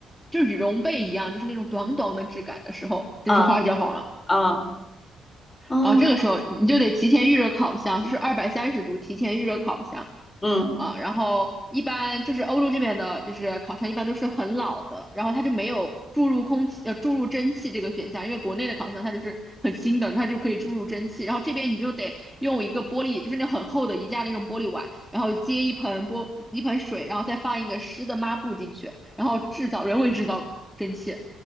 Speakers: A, in the centre; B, on the left.
A: 就羽绒被一样，就是那种短短的质感的时候，
B: 啊
A: 就是发酵好了。
B: 啊，嗯
A: 然后这个时候你就得提前预热烤箱，就是二百三十度提前预热烤箱。
B: 嗯。
A: 啊，然后一般就是欧洲这边的，就是烤箱一般都是很老的，然后它就没有注入空气，呃，注入蒸汽这个选项，因为国内的烤箱它就是很新的，它就可以注入蒸汽，然后这边你就得用一个玻璃，就是那很厚的宜家那种玻璃碗，然后接一盆玻一盆水，然后再放一个湿的抹布进去，然后制造人为制造蒸汽。